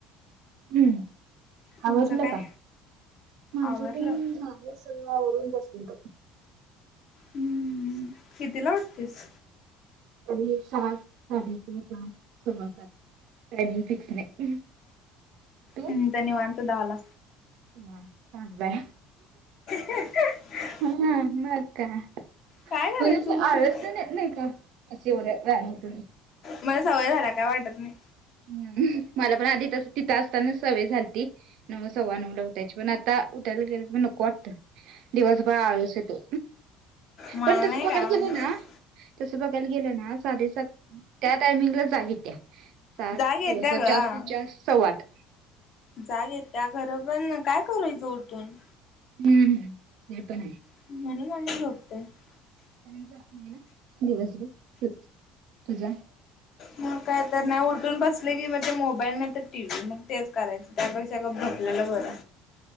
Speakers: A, on the right; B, on the left.
A: हम्म
B: तुमचं
A: आवरलं
B: काय
A: का? माझ
B: आवरलं
A: पण झा सगळं आवरून बसली.
B: हम्म कितीला ऊठतेस.
A: अ सात साडे सात सव्वा सात टायमिंग फिक्स नाही. तू?
B: मी निवांत दहाला.
A: वा चांगल आहे.
B: <unintelligible>
A: हा मग काय
B: काय करायचं
A: पण असे
B: उठून
A: आळस पण येत नाही का? असे राणी तुम्ही.
B: मला सवय झाला, काय वाटत नाही.
A: हम्म मला पण आधी तस, तिथं असताना सवय झालती, नऊ सव्वा नऊ ला उठायची. पण आता उठायला गेले पण नको वाटतं. दिवसभर आळस यतो,
B: मला
A: पण तस
B: नाही
A: बघायला
B: काय वाटत
A: गेलं ना, तसं बघायला गेलं ना साडेसात, त्या टायमिंगला जाग येत्या, सात
B: जाग येत्या
A: सव्वा
B: ग
A: जास्ती जास्त सव्वा आठ,
B: जाग येतेया खरं, पण काय करूयचं उठून,
A: हम्म हम् हे पण आहे,
B: <unintelligible>
A: त्यां नाही ना दिवसभर तू तुझा,
B: मग काय तर नाही, उलटून बसले की म्हणजे मोबाईल नाही, तर टी व्ही मग तेच करायच, त्यापेक्षा गप झोपलेलं बरं.